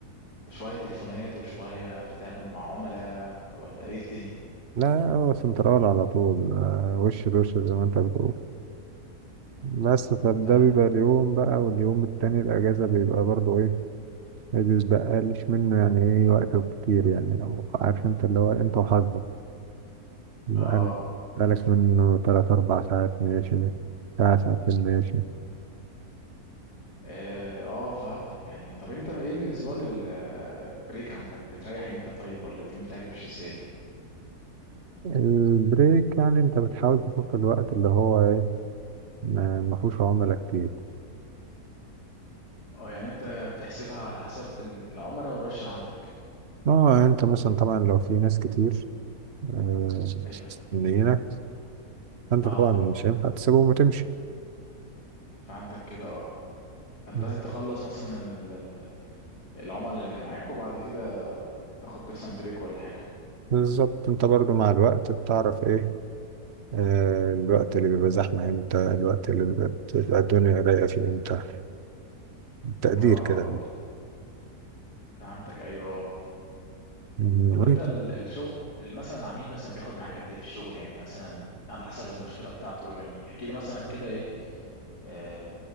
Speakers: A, on the left (about 85°); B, on the right (about 45°).
A: شوية تليفونات وشوية بتتعامل مع عملاء ولا ايه الدنيا
B: لا هو سنترال على طول آه، وش لوش زي ما أنت بتقول بس فده
A: استنى
B: بيبقى اليوم بقى واليوم التاني الأجازة بيبقى برضو إيه ما بيسبقليش منه يعني ايه وقته كتير يعني لو عارف انت اللي هو انت وحظك انا
A: اه
B: بقالك منه تلات أربع ساعات ماشي ساعة ساعتين ماشي
A: اه آه، فهمتك يعني طب انت ايه بالنسبة للبريك عندك بتريح امتى طيب ولا اليوم بتاعك بيمشي ازاي
B: البريك يعني انت بتحاول تشوف الوقت اللي هو ايه ما ما فيهوش عملاء كتير
A: اه يعني انت بتحسبها على حسب ال- العمرة والرش اللي عندك
B: اه انت مثلا طبعا لو في ناس كتير آه،
A: ايوه
B: مستنيينك فانت
A: اه
B: طبعا مش هينفع تسيبهم وتمشي
A: فهمتك كده اه فانت
B: مم.
A: لازم تخلص مثلا ال- ال- العملاء اللي معاك وبعد كده تاخد مثلا بريك ولا حاجة
B: بالظبط انت برضو مع الوقت بتعرف ايه آه، الوقت اللي بيبقى زحمة امتى الوقت اللي بيبقى بتبقى الدنيا رايقة فيه امتى تقدير
A: اه
B: كده
A: فهمتك ايوه اه.
B: مم،
A: طب
B: وانت
A: انت ال- الشغل ال- مثلا العميل مثلا بياخد معاك قد ايه في الشغل يعني مثلا على حسب المشكلة بتاعته يعني احكي لي مثلا كده ايه آه